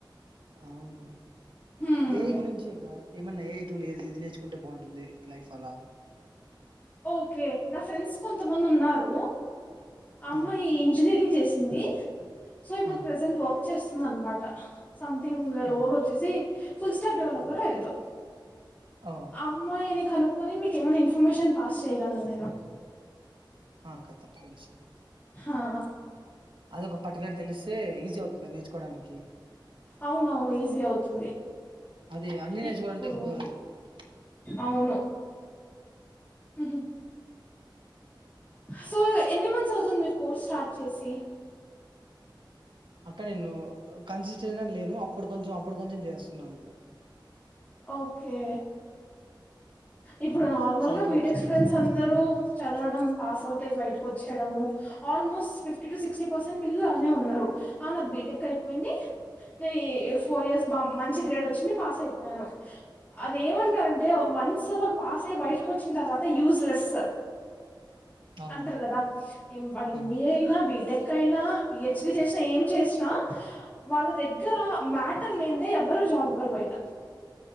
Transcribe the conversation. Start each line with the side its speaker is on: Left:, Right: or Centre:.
Right: అవున
Left: ఉమ్.
Right: ఏఐ గురించే గా ఏమన్నా ఏఐ తూలెది ఇది నేర్చుకుంటే బాగుంటుంది లైఫ్ అలా
Left: ఓకే నా ఫ్రెండ్స్ కొంతమంది ఉన్నారు అమ్మాయి
Right: ఆ
Left: ఇంజనీరింగ్ చేస్ ఉంది సో ఇప్పుడు
Right: ఆ
Left: ప్రెసెంట్ వక్ చేస్తుంది అనమాట సంథింగ్ రోల్
Right: ఆ
Left: ఓచ్చేసి ఫుల్ స్టక్ డెవలప్పరో ఏదో
Right: ఓ
Left: అమ్మాయిని కనుక్ పోని మీకు ఏమైనా ఇన్ఫర్మేషన్ పాస్ చేయగలను నేను
Right: ఆ క తప్పని సరి
Left: ఆహ
Right: అదొక పట్టుగారి తెలుసు తే ఈజీ అవుతుంది నేర్చుకోవడానికి
Left: అవునవును ఈజీ అవుతుంది
Right: అది అన్నీ నేర్చుకోవలాంటే
Left: ఇప్పుడు
Right: కుదరదు
Left: అవును ఉహు సో ఎన్ని మంత్స్ అవుతుంది మీరు కోర్స్ స్టార్ట్ చేసి
Right: అక్క నేను కన్సిస్టెంట్ గా లేను అప్పుడు కొంచెం అప్పుడు కొంచెం చేస్తున్నా అంతే
Left: ఓకే ఇప్పుడు నార్మల్
Right: సరిగ్గా
Left: గా బీటెక్
Right: వచ్చలేదు
Left: స్టూడెంట్స్ అందరు చదవడం పాస్ అవుట్ అయ్య బయటకు వచ్చేయడము almost fifty to sixty percent పిల్లలు అళనే ఉన్నారు ఆ నాకు బీటెక్ అయిపోయింది నేను ఫోర్ ఇయర్స్ బా మంచి గ్రేడ్ వచ్చింది పాస్ అయి వేరో అదేమంటారంటే వన్స్ వాళ్ళు పాస్ అయి బయటకొచ్చిన తర్వాత యూస్ లెస్
Right: అవును
Left: అంటరు కదా వాడు ఎం
Right: అవును
Left: బి ఏ అయినా బీటె కైనా పి హెచ్ డి చేసినా ఏం చేసినా వాళ్ళ దగ్గర మ్యా టర్ లేందే ఎవ్వరూ జాబ్ ఇవ్వరు బయట